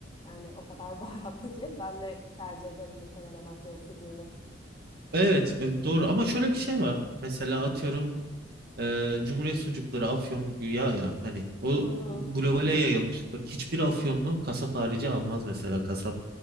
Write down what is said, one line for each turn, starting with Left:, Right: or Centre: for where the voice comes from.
Left: Yani o kadar <laughs> baharatlı ki ben de tercih ederim muhtemelen Afyon sucuğunu.
Right: Evet, e, doğru ama şöyle bir şey var. Mesela atıyorum e, Cumhuriyet sucukları Afyon güya ya hani o
Left: <laughs>
Right: globale yayılmış. Bak hiçbir Afyonlu kasap harici almaz mesela kasap.